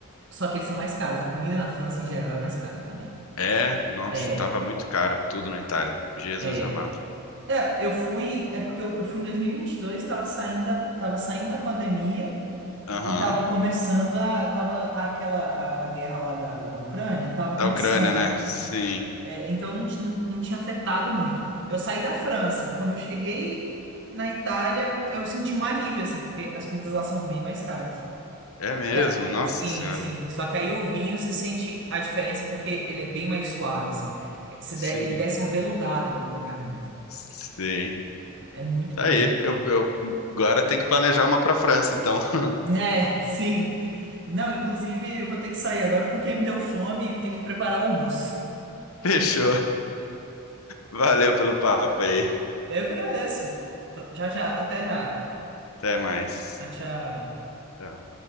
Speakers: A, on the right (about 55°); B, on the left (about 75°).
A: só que eles são mais caros. A comida na França, em geral, é mais cara também.
B: É, nossa,
A: É,
B: tava muito caro tudo na Itália. Jesus
A: é.
B: amado.
A: É, eu fui, é porque eu, eu fui em 2022, tava saindo, da- tava saindo da pandemia
B: Aham.
A: e tava começando a, tava aquela, a, a guerra lá da, da Ucrânia, tava
B: Da
A: começando.
B: Ucrânia, né? Sim.
A: É, então não, ti- não, não tinha afetado muito. Eu saí da França. Quando eu cheguei na Itália, eu senti um alívio, assim, porque as comidas lá são bem mais caras.
B: É mesmo,
A: E a-
B: nossa
A: sim,
B: senhora.
A: sim. Só que aí o vinho você sente a diferença porque ele é bem mais suave, assim. É, você
B: Sim,
A: de- ele desce aveludado na, na garganta.
B: sim.
A: É muito
B: Tá
A: bom.
B: aí. Eu, eu agora tem que planejar uma pra França, então. <laughs>
A: É, sim. Não, inclusive eu vou ter que sair agora porque me deu fome e eu tenho que preparar o almoço.
B: Fechou. Valeu pelo papo aí.
A: Eu que agradeço. Tá, Já, já. Até já.
B: Até mais.
A: Tchau, tchau.
B: Tchau.